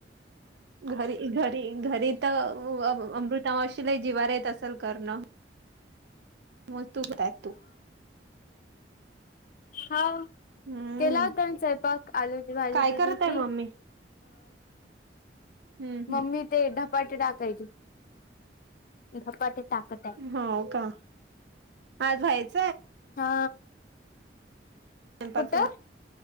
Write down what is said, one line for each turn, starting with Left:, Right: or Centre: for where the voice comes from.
Right: घरी घरी घरी तर अमृता माशिलाही जिवार येत असेल करणं. मज तू होेत आहेत तू
Left: हा.
Right: हम्म
Left: केला होता आणि स्वयंपाक आलूची भाजी
Right: काय
Left: केली
Right: करत
Left: होती.
Right: आहे मम्मी हम्म
Left: मम्मी ते ढपाटी टाकायची. धपाटे टाकत आहे
Right: हो का आज ह्याच.
Left: हा
Right: म
Left: कुठं
Right: पात.